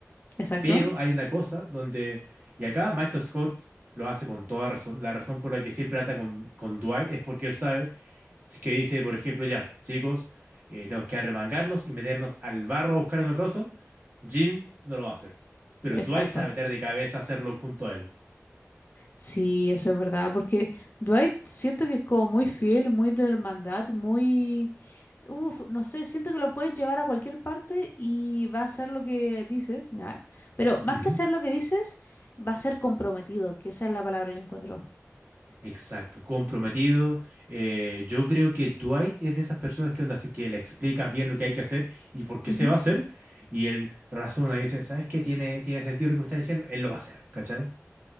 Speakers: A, on the left; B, on the right.
A: Exacto,
B: Pero hay una cosa donde, y acá Michael Scott lo hace con toda razón, la razón por la que siempre anda con, con Dwight es porque él sabe si que dice, por ejemplo, ya, chicos, eh, tenemos que arremangarnos y meternos al barro a buscar una cosa, Jim no lo va a hacer, pero
A: exacto.
B: Dwight sabe meter de cabeza a hacerlo junto a él.
A: Sí, eso es verdad, porque Dwight siento que es como muy fiel, muy de hermandad, muy... Uf, no sé, siento que lo puedes llevar a cualquier parte y va a hacer lo que dices, ¿ya? Pero más
B: Ujú.
A: que hacer lo que dices, va a ser comprometido, que esa es la palabra que yo encuentro.
B: Exacto, comprometido. Eh, yo creo que Dwight es de esas personas que onda, así que le explicas bien lo que hay que hacer y por qué
A: Ujú.
B: se va a hacer. Y él razona y dice, ¿sabes qué? Tiene, tiene sentido lo que me está diciendo. Él lo va a hacer, ¿cachai?